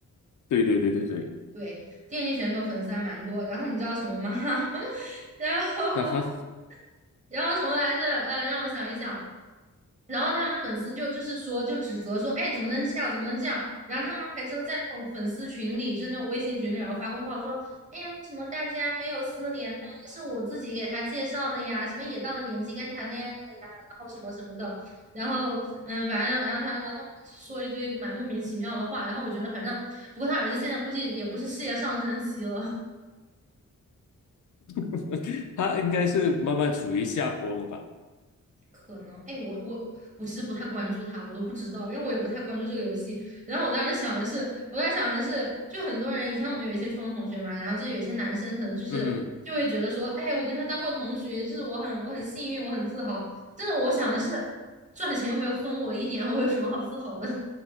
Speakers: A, on the left; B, on the right.
A: 对对对对对，
B: 对，电竞选手粉丝还蛮多。然后你知道什么吗？<laughs> 然后
A: 那他
B: 然后什么来着？呃，让我想一想。然后他们粉丝就就是说就指责说，哎，怎么能这样，怎么能这样？然后他们还真的在那种粉丝群里，就是那种微信群里，然后发公告说，哎呀，为什么大家没有私联呢？是我自己给他介绍的呀，什么也到了年纪该谈恋爱了呀，然后什么什么的，然后嗯，反正然后他然后他们说一堆蛮莫名其妙的话，然后我觉得反正不过他儿子现在估计也不是事业上升期了，
A: <laughs> 他应该是慢慢处于下坡了吧？
B: 可能，哎，我我我其实不太关注他，我都不知道，因为我也不太关注这个游戏。然后我当时想的是，我当时想的是，就很多人以前我们有一些初中同学嘛，然后就有些男生可能就是就会觉得说，
A: 嗯，
B: 哎，我跟他当过同学，就是我很我很幸运，我很自豪。真的，我想的是，赚的钱又没有分我一点，我有什么好自豪的？